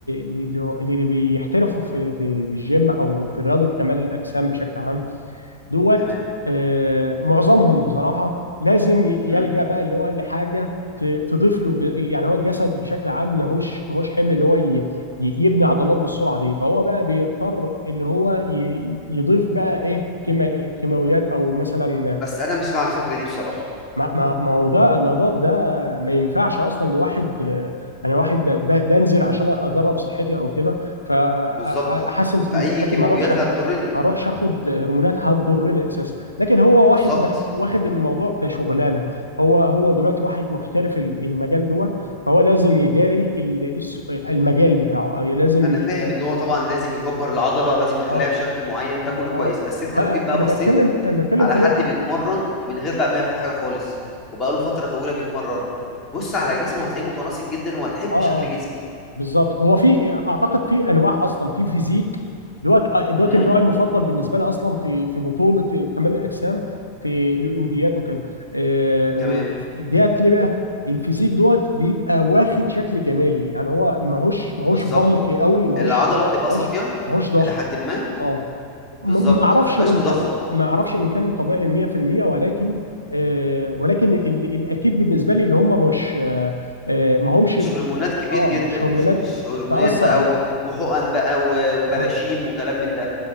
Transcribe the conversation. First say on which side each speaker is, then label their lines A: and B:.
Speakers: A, on the left; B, on the left.
A: لل- للي بيحترفوا في في في الجيم أو في رياضة كمال الأجسام بشكل عام دوت
B: تمام
A: آه، معظمهم بصراحة لازم يلجأ
B: مم.
A: بقى اللي هو لحاجة ت- تضيف له ج- يعني هو الجسد بشكل عام ماهوش ماهوش حمل اللي هو ي- ي- يبني عضلات بالسرعة دي فهو بقى بيضطر اللي هو ي- يضيف بقى ايه كيما- كيماويات او مثلا
B: بس انا مش مع الفكره دي بصراحه
A: ما ما ما هو ده ما ده ده ما ينفعش اصلا لواحد آه، انا واحد ب- ب- بنزل عشان ادرب صحتي او كده فاحسن
B: بالظبط فاي
A: من صحتي
B: كيماويات
A: ما اروحش ما
B: هتضرني
A: اروحش اخد هرمونات هتضرني اساسا لكن هو
B: بالظبط
A: واحد مخ- واخد الموضوع كشغلانه هو هو دلوقتي واحد محترف ال- المجال دوت فهو لازم يجاري ال- الس- المجال بتاعه أو لازم
B: انا
A: ي...
B: فاهم ان هو طبعا لازم يكبر العضله لازم يخليها
A: اه
B: بشكل معين ده كله
A: اه
B: كويس بس انت
A: ما
B: لو جيت بقى
A: انا
B: بصيت
A: بتكلم انا بتكلم
B: على
A: في
B: حد
A: نقطه
B: بيتمرن من غير بقى ما ياخد حاجه خالص وبقاله فتره طويله بيتمرن بص على جسمه هتلاقيه متناسق جدا وهتحب
A: اه آه.
B: شكل جسمه
A: بالظبط هو في اعتقد في انواع اصلا في فيزيك دوت آه، دوت
B: امم
A: النوع المفضل بالنسبه لي اصلا في في بطوله كمال الاجسام في الاولمبيات وكده آه، و-
B: تمام
A: ديت ليه بقى الفيزيك دوت بيبقى واخد شكل جمالي يعني هو ماهوش ماهوش
B: بالظبط
A: بلقي قوي ماهوش
B: العضله بتبقى
A: ماهوش
B: صافيه
A: ماهوش ضخم
B: الى حد ما
A: اه
B: بالظبط
A: ما ما اعرفش
B: ما بيبقاش
A: ان
B: مضخم
A: كان ما اعرفش ان كانوا طبيعي 100% ولكن آه، ولكن ال- الاكيد بالنسبه لي اللي هم مش آه، آه، ما همش
B: مش هرمونات كبير
A: اه
B: جدا
A: مش
B: مش
A: هرمونات
B: مش هرمونات
A: تأثر
B: بقى
A: عليه
B: و- وحقن بقى و- وبراشيم
A: آه.
B: وكلام من ده